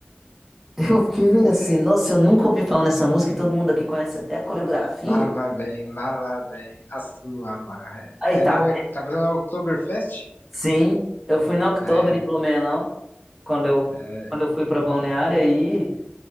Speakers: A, in the centre; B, on the left (about 50°).
A: <laughs> eu fiquei meio assim, nossa, eu nunca ouvi falar nessa música e todo mundo aqui conhece até a coreografia.
B: Lá, bem, lava bem, a sua marra.
A: Aí
B: É
A: tá,
B: não é, tá fazendo a Oktoberfest?
A: Sim, eu fui em outubro
B: É,
A: em Blumenau, quando eu,
B: é.
A: quando eu fui pra Balneário, aí